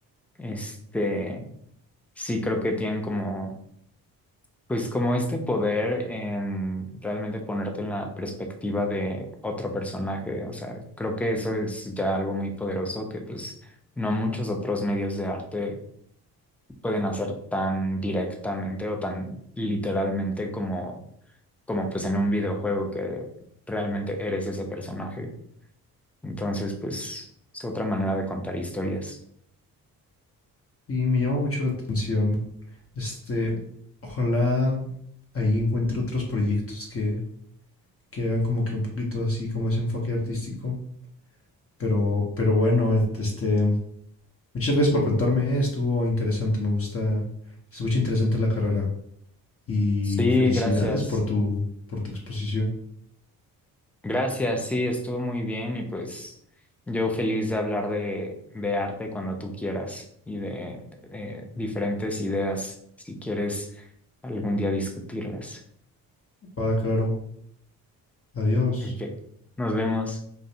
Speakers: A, in the centre; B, on the left.
A: este, sí creo que tienen como, pues como este poder en realmente ponerte en la perspectiva de otro personaje. O sea, creo que eso es ya algo muy poderoso que pues no muchos otros medios de arte pueden hacer tan directamente o tan literalmente como, como pues en un videojuego que realmente eres ese personaje. Entonces, pues es otra manera de contar historias.
B: Y me llama mucho la atención. Este, ojalá ahí encuentre otros proyectos que, que hagan como que un poquito así como ese enfoque artístico. Pero, pero bueno, este, este, Muchas gracias por contarme, eh, Estuvo interesante, me gusta, se escucha interesante la carrera. Y
A: Sí,
B: felicidades
A: gracias.
B: por tu, por tu exposición.
A: Gracias, sí, estuvo muy bien y pues yo feliz de hablar de, de arte cuando tú quieras y de, eh, diferentes ideas si quieres algún día discutirlas.
B: Va, claro. Adiós.
A: Ok, nos vemos.